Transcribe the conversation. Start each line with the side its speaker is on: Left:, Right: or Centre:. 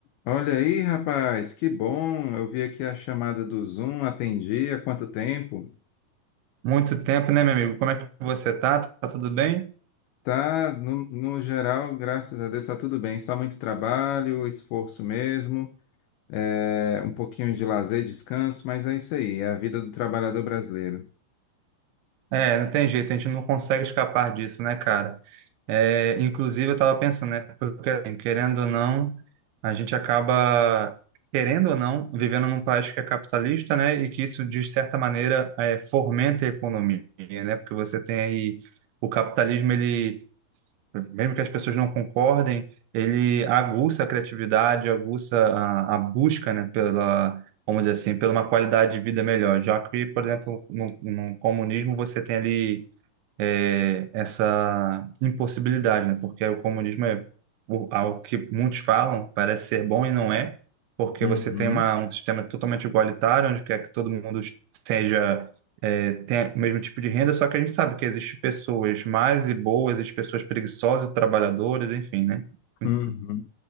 Left: Olha aí, rapaz, que bom. Eu vi aqui a chamada do Zoom, atendi há quanto tempo?
Right: Muito tempo, né, meu amigo? Como é que você tá? Tá tudo bem?
Left: Tá, no, no geral, graças a Deus, tá tudo bem. Só muito trabalho, esforço mesmo, é, um pouquinho de lazer, descanso, mas é isso aí, é a vida do trabalhador brasileiro.
Right: É, não tem jeito, a gente não consegue escapar disso, né, cara? É, inclusive, eu tava pensando, né? Porque, assim, querendo ou não, a gente acaba, querendo ou não, vivendo num país que é capitalista, né? E que isso, de certa maneira, é, fomenta a economia, né? Porque você tem aí o capitalismo, ele, mesmo que as pessoas não concordem, ele aguça a criatividade, aguça a, a busca, né, pela vamos dizer assim, por uma qualidade de vida melhor. Já que, por exemplo, no, no comunismo você tem ali é, essa impossibilidade, né? Porque o comunismo é o- algo que muitos falam, parece ser bom e não é, porque
Left: Uhum,
Right: você tem uma, um sistema totalmente igualitário, onde quer que todo mundo seja. É, tenha o mesmo tipo de renda, só que a gente sabe que existem pessoas más e boas, existem pessoas preguiçosas, e trabalhadoras, enfim, né?
Left: uhum.
Right: O